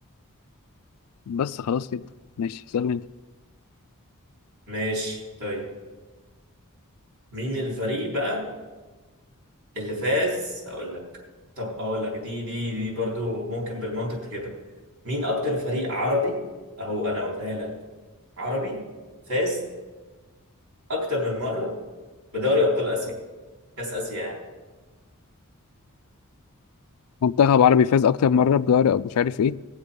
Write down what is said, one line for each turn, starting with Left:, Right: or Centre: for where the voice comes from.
Left: بس خلاص كده ماشي اسألني انت
Right: ماشي طيب مين الفريق بقى اللي فاز هقول لك طب هقول لك دي دي دي برضو ممكن بالمنطق تجيبها مين اكتر فريق عربي اهو انا قلتها لك عربي فاز اكتر من مرة بدوري ابطال اسيا كاس اسيا يعني
Left: منتخب عربي فاز أكتر مرة بدوري أو مش عارف ايه